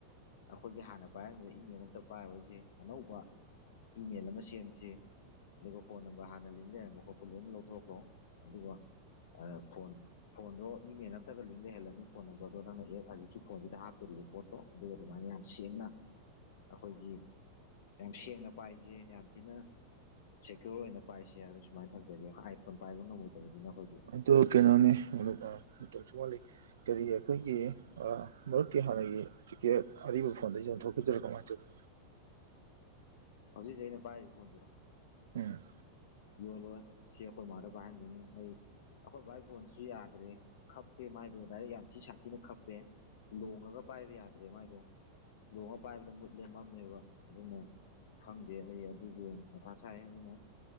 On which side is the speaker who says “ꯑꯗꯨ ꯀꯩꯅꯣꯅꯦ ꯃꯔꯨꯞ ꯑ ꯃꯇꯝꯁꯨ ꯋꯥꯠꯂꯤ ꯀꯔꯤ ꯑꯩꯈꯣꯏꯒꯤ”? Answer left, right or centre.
Right